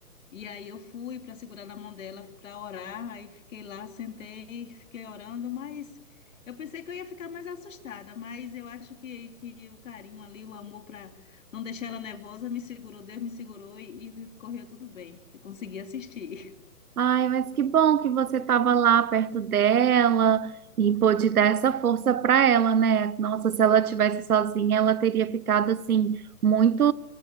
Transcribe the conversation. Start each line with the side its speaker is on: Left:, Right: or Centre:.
Left: E aí eu fui para segurar na mão dela para orar, aí fiquei lá, sentei, fiquei orando, mas eu pensei que eu ia ficar mais assustada, mas eu acho que, que o carinho ali, o amor para não deixar ela nervosa, me segurou, Deus me segurou e, e correu tudo bem. Eu consegui assistir. <laughs>
Right: Ai, mas que bom que você estava lá perto dela e pôde dar essa força para ela, né? Nossa, se ela tivesse sozinha, ela teria ficado assim muito,